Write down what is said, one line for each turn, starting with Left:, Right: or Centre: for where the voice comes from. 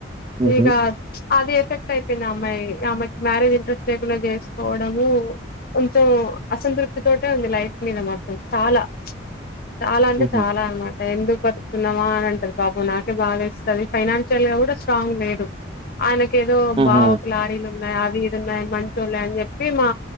Right: హుహు.
Left: ఇగ అది ఎఫెక్ట్ అయిపోయింది అమ్మాయి అమ్మాయికి మ్యారేజ్ ఇంట్రెస్ట్ లేకుండా చేసుకోవడము కొంచెం అసంతృప్తితోటీ ఉంది లైఫ్ మీద మాత్ర మాత్రం చాలా చాలా అంటే
Right: హుహు.
Left: చాలా అనమాట ఎందుకు బతుకుతున్నామా అని అంటాది పాపం నాకే బాధ వేస్తాది ఫైనాన్షియల్గా కూడా స్ట్రాంగ్ లేరు ఆయనకు ఏదో
Right: హుహు.
Left: బావకు లారీలు అది ఇది ఉన్నాయి మంచి వాళ్ళ అని చెప్పి మా